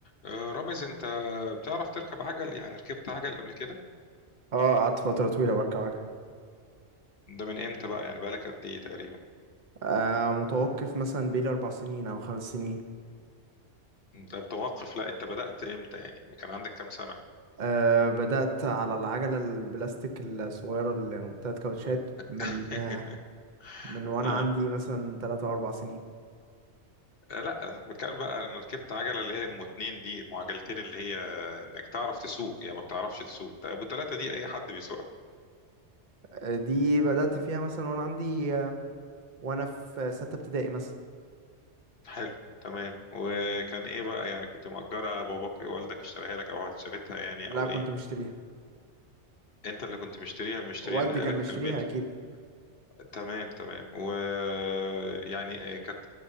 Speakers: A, on the left; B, on the right.
A: آه، رامز انت بتعرف تركب عجل يعني ركبت عجل قبل كده
B: اه قعدت فترة طويلة بركب عجل
A: ده من امتى بقى يعني بقالك قد ايه تقريبا
B: آه متوقف مثلا بيلي أربع سنين أو خمس سنين
A: انت متوقف لا انت بدأت امتى يعني كان عندك كام سنة
B: آه بدأت على العجلة البلاستيك الصغيرة اللي يعني بتاعت كاوتشات من
A: <laughs>
B: آه من وأنا
A: اه
B: عندي مثلا تلاتة أو أربع سنين
A: آه، لا انا بتكلم بقى انا ركبت عجلة اللي هي ام اتنين دي ام عجلتين اللي هي انك تعرف تسوق يعني ما بتعرفش تسوق طب ابو تلاتة دي اي حد بيسوقها
B: آه دي بدأت فيها مثلا وأنا عندي آه وأنا في ستة ابتدائي مثلا
A: حلو تمام وكان ايه بقى يعني كنت مأجرها باباك والدك اشتريها لك او اشتريتها يعني
B: لا
A: او
B: كنت
A: ايه
B: مشتريها
A: انت اللي كنت مشتريها مشترينها
B: والدي كان
A: لك
B: مشتريها
A: في البيت
B: أكيد
A: يعني. تمام تمام ويعني كانت